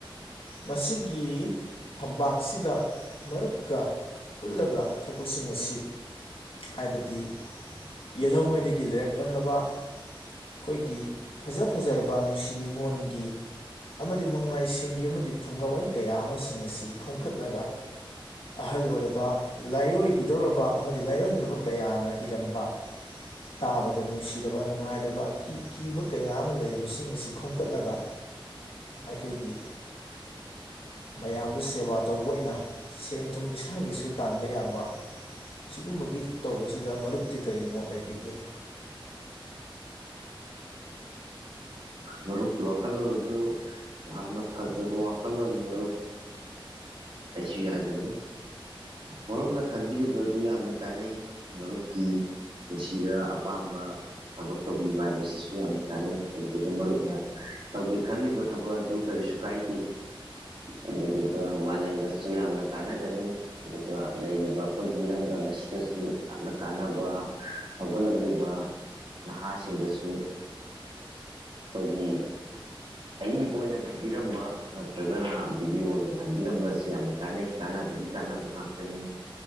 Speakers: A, on the left; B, on the right.
A: ꯃꯁꯤꯒꯤ ꯐꯝꯄꯥꯛꯁꯤꯗ ꯃꯔꯨꯞꯀ ꯄꯨꯜꯂꯒ ꯊꯕꯛꯁꯤꯡ ꯑꯁꯤ ꯍꯥꯏꯕꯗꯤ ꯌꯦꯜꯍꯧꯉꯩꯗꯒꯤ ꯂꯩꯔꯛꯂꯝꯂꯕ ꯑꯩꯈꯣꯏꯒꯤ ꯐꯖ ꯐꯖꯔꯕ ꯅꯨꯡꯁꯤ ꯅꯤꯉꯣꯟ ꯒꯤ ꯑꯃꯗꯤ ꯃꯉꯥꯏꯁꯤꯡꯒꯤ ꯑꯃꯗꯤ ꯐꯨꯡꯒꯥ ꯋꯥꯔꯤ ꯀꯌꯥ ꯑꯃꯁꯤꯡ ꯑꯁꯤ ꯈꯣꯝꯀꯠꯂꯒ ꯑꯍꯜ ꯑꯣꯏꯔꯕ ꯂꯥꯏꯑꯣꯏꯈꯤꯗꯧꯔꯕ ꯑꯃꯗꯤ ꯂꯥꯏꯑꯣꯏꯈ꯭ꯔꯕ ꯀꯌꯥꯅ ꯏꯔꯝꯕ ꯇꯥꯕꯗ ꯅꯨꯡꯁꯤꯔꯕ ꯅꯨꯡꯉꯥꯏꯔꯕ ꯑꯀꯤꯕ ꯀꯌꯥ ꯑꯃ ꯂꯩꯔꯤꯕꯁꯤꯡ ꯑꯁꯤ ꯈꯣꯝꯀꯠꯂꯒ ꯑꯩꯈꯣꯏꯒꯤ ꯃꯌꯥꯝꯗ ꯁꯦꯕꯥ ꯇꯧꯕ ꯑꯣꯏꯅ ꯁꯦꯟ ꯊꯨꯝ ꯏꯁꯥꯒꯤꯁꯨ ꯇꯥꯟꯕ ꯌꯥꯕ ꯁꯤꯒꯨꯝꯕꯒꯤ ꯇꯧꯕꯁꯤꯗ ꯃꯔꯨꯞꯇꯤ ꯀꯔꯤ ꯃꯣꯠ ꯂꯩꯕꯤꯒꯦ
B: ꯃꯔꯨꯞꯀꯤ ꯋꯥꯈꯜꯂꯣꯟ ꯑꯗꯨ ꯌꯥꯝꯅ ꯐꯖꯕ ꯋꯥꯈꯜꯂꯣꯟꯅꯤ ꯃꯔꯨꯞ ꯑꯩꯁꯨ ꯌꯥꯖꯅꯤꯡꯏ ꯃꯔꯨꯞꯅ ꯈꯟꯕꯤꯨꯔꯤꯕ ꯑꯗꯨ ꯌꯥꯝꯅ ꯀꯥꯟꯅꯩ ꯃꯔꯨꯞꯀꯤ ꯄꯨꯟꯁꯤꯗ ꯑꯄꯥꯝꯕ ꯊꯕꯛ ꯇꯧꯕꯤꯕ ꯍꯥꯏꯕꯁꯤꯁꯨ ꯌꯥꯝꯅ ꯀꯥꯟꯅꯩ ꯑꯗꯨꯗꯨꯒ ꯃꯔꯨꯞꯅ ꯇꯧꯒꯦ ꯈꯜꯂꯤꯕ ꯊꯕꯛ ꯑꯗꯨ ꯀꯔꯤꯁꯨ ꯀꯥꯏꯗꯦ ꯑꯗꯨꯗꯨꯒ ꯑꯗꯨꯁꯨ ꯌꯥꯝꯅ ꯀꯥꯟꯅꯒꯅꯤ ꯑꯗꯨꯒ ꯂꯩꯔꯤꯕ ꯑꯩꯈꯣꯏꯒꯤ ꯏꯔꯝꯗꯝ ꯑꯁꯤꯗꯁꯨ ꯌꯥꯝꯅ ꯀꯥꯟꯅꯕ ꯍꯧꯒꯠꯂꯛꯂꯤꯕ ꯅꯍꯥꯁꯤꯡꯗꯁꯨ ꯑꯩꯈꯣꯏꯒꯤ ꯑꯏꯕ ꯑꯣꯏꯅ ꯊꯝꯕꯤꯔꯝꯕ ꯅꯠꯇ꯭ꯔꯒꯅ ꯚꯗꯤꯑꯣ ꯑꯣꯏꯅ ꯊꯝꯕꯤꯔꯝꯕ ꯑꯁꯤ ꯌꯥꯝꯅ ꯀꯥꯟꯅꯩ ꯀꯥꯟꯅꯕꯒꯤ ꯀꯥꯟꯅꯕ ꯉꯥꯛꯇꯅꯤ